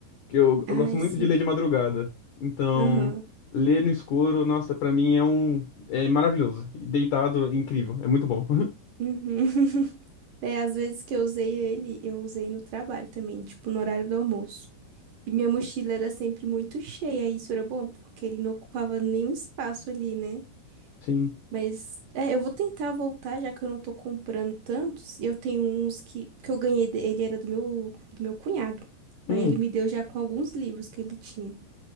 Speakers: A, on the left; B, on the right.
A: Que eu,
B: Ai,
A: eu gosto muito
B: sim.
A: de ler de madrugada. Então,
B: Aham.
A: ler no escuro, nossa, pra mim é um. É maravilhoso. E Deitado, é incrível. É muito bom.
B: Uhum. <laughs> É, às vezes que eu usei ele, eu usei no trabalho também, tipo, no horário do almoço. E minha mochila era sempre muito cheia, e isso era bom, porque ele não ocupava nenhum espaço ali, né?
A: <laughs> Sim.
B: Mas, é, eu vou tentar voltar, já que eu não tô comprando tantos. E eu tenho uns que, que eu ganhei, de- ele era do meu, do meu cunhado.
A: Hum.
B: Aí ele me deu já com alguns livros que ele tinha.